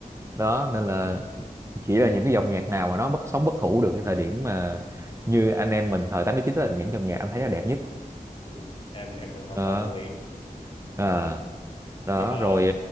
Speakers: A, on the right; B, on the left.
A: đó nên là chỉ là những cái dòng nhạc nào mà nó bất sống bất hủ được cái thời điểm mà như anh em mình thời 89 là những dòng nhạc anh thấy là đẹp nhất
B: Ừ, em em đồng hoàn
A: đó
B: toàn đồng ý Ờ,
A: à, đó
B: nhưng mà
A: rồi